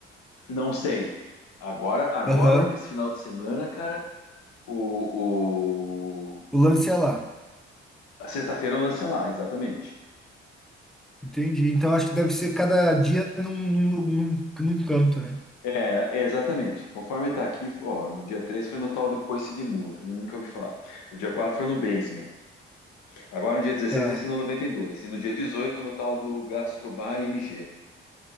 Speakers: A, on the left; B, in the centre.
A: Não sei. Agora, agora,
B: Aham.
A: esse final de semana, cara, o, o...
B: O lance é lá.
A: a sexta-feira lança lá, exatamente.
B: Entendi. Então acho que deve ser cada dia num, num, lu- num, num canto, né?
A: É, é, exatamente. Conforme tá aqui, ó, no dia três foi no tal de Coice de Mula, que eu nunca ouvi falar. No dia 4 foi no Basement. Agora no dia dezesseis
B: Tá.
A: vai ser no noventa E dois e no dia 18 no tal do Gastrobar MG.